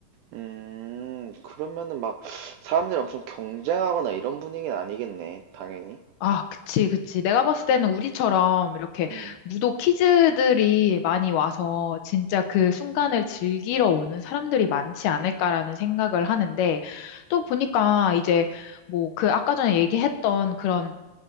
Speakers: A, on the right; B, on the left.
A: 음, 그러면은 막 사람들이 엄청 경쟁하거나 이런 분위기는 아니겠네, 당연히.
B: 아, 그치, 그치. 내가 봤을 때는 우리처럼 이렇게
A: 음,
B: 무도 키즈들이 많이 와서 진짜 그 순간을 즐기러 오는 사람들이 많지 않을까라는 생각을 하는데 또 보니까 이제 뭐 그 아까 전에 얘기했던 그런